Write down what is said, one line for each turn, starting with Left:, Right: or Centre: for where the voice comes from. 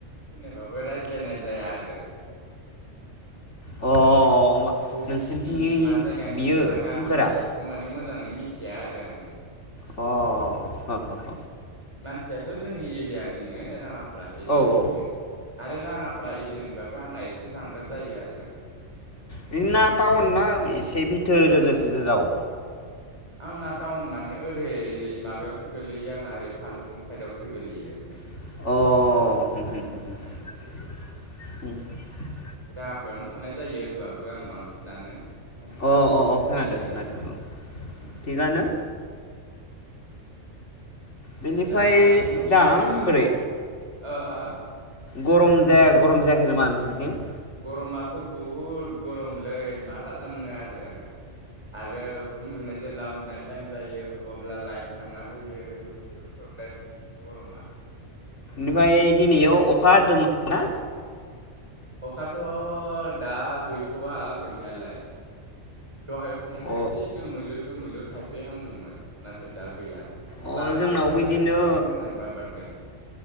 Right: सिनायबाबो रायज्लायनाय जाया आरो।
Left: अ
Right: बबेखिनि
Left: नोंसिनिथिंनि
Right: मा जायगानि
Left: बियो
Right: मा गामिनि
Left: सोमखोरा
Right: बेखौ माने मोजाङै मिथि मिथिया आरो आङो।
Left: अ ह ह ह
Right: उ मानसिया। थ' जोंनि एरियानिनो राङा फारा एरियानिनो।
Left: औ औ
Right: आरो राङाफारा एरियानिबाबो आंना एसे जानगार जायो आरो।
Left: नोंना टाउन ना एसे बिथोर र रजाव?
Right: आंना टाउन माने ओरै माबायावसो गोल्लैयो आंना ओरै फालुफुं साइदआवसो गोलैयो
Left: अ उ‌म
Right: उम
Left: उम। <inaudible>
Right: रांङाफ्रायावनो थानाय जायो होमबाबो आं बांसिनानो ओंखायनो माने
Left: अ
Right: एसे
Left: अ
Right: सिनायो
Left: खोनादों
Right: आरो
Left: खोनादों
Right: उम।
Left: औ थिगानो बेनिफ्राय
Right: दा बाखि थिग
Left: दा
Right: दंना
Left: बोरै
Right: ओ ओ।
Left: गरम जाया गरम जायाखै नामा नोंसोरथिं।
Right: गरमाथ' बहुद गरमलै मा खालामनो आरो आरो उन्दुनाय जेब्ला उन्दुनाय टाइम जायो अब्ला लाइन थांना होयो बहुद प्रब्लेम गरमा
Left: निफ्राय दिनै याव अखा हदोंमोन ना।
Right: अखाथ' दा गैथ'वआ गैनायालाय दहाय फुङाव
Left: अ
Right: एसे दोमैलु दोमैल' थाइफ्रि हांदोंमोन नाथाय दा गैया।
Left: अ
Right: बार
Left: जोंनावबो
Right: बारदों
Left: बिदिनो
Right: दा बुहुद मोजां बार बारदों।